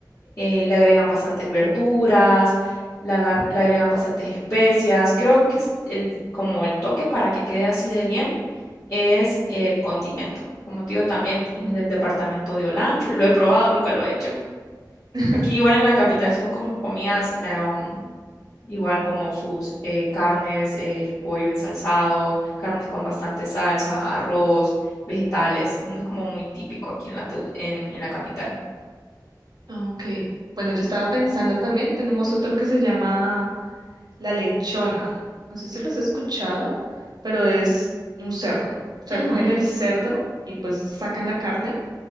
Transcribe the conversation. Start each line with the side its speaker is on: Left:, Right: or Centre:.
Left: eh, le agregan bastantes verduras, le, agar- le agregan bastantes especias. Creo que es el, como el toque para que quede así de bien es el condimento. Como te digo, también es
Right: Mm.
Left: del departamento de Olancho. Lo he probado, nunca lo he hecho.
Right: <laughs>
Left: Aquí igual en la capital son como comidas, eh, um, igual como sus eh, carnes, eh, el pollo ensalzado, carnes con bastante salsa, arroz, vegetales. No es como muy típico aquí en la, Teu- en, en la capital.
Right: Ok, bueno, yo estaba pensando también, tenemos otro que se llama la lechona. No sé si los has escuchado, pero es un cerdo. O sea,
Left: Ujú,
Right: cogen el cerdo y pues sacan la carne